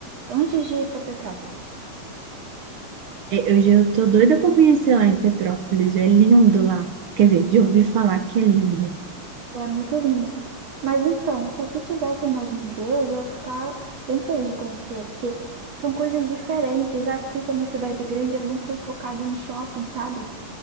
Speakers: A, on the right; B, on the right.
A: antes de ir para Petrópolis.
B: É, Hoje eu tô doida para conhecer lá em Petrópolis. É lindo lá. Quer dizer, já ouvi falar que é lindo.
A: É muito lindo. Mas então, se aqui tivessem mais museus, eu ia ficar bem feliz de conhecer, porque são coisas diferentes. Aqui, como é cidade grande, é muito focado em shopping, sabe?